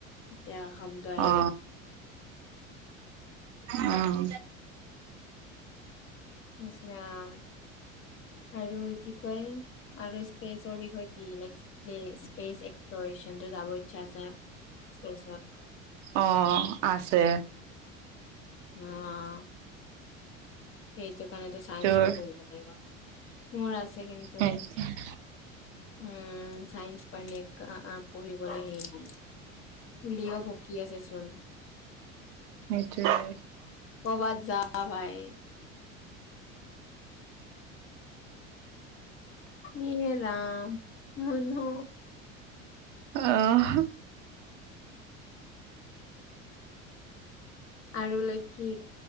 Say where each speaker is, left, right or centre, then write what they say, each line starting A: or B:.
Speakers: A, on the left; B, on the right.
A: এয়া শব্দ এ
B: অ উম।
A: ইচ ৰাম আৰু কি কয় আৰু স্পেচৰ বিষয়ে <unintelligible> স্পেচ এক্সপ্লৰেচনটো যাব ইচ্ছা আছে। স্পেচত
B: অ', আছে।
A: অ'। সেইটো কাৰণেটো চায়েন্সটা
B: তোৰ
A: পঢ়িব লাগিব। মোৰ আছ আছে কিন্তু
B: সেইটোৱে
A: উম, চাইন্স <unintelligible> আ, আ, পঢ়িবলৈ <unintelligible> বুলিও ভকি আছে চোন।
B: সেইটোৱে
A: ক'ৰবাত যা <unintelligible> ইয়ে ৰাম, মুনু
B: অহ।
A: আৰু লাইক কি?